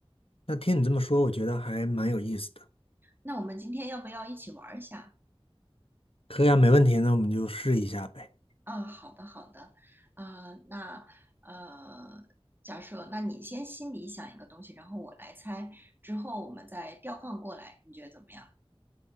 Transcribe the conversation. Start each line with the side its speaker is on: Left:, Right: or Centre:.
Left: 那听你这么说，我觉得还蛮有意思的。
Right: 那我们今天要不要一起玩儿一下？
Left: 可以啊，没问题，那我们就试一下呗。
Right: 啊，好的，好的，啊、那呃，假设那你先心里想一个东西，然后我来猜，之后我们再调换过来，你觉得怎么样？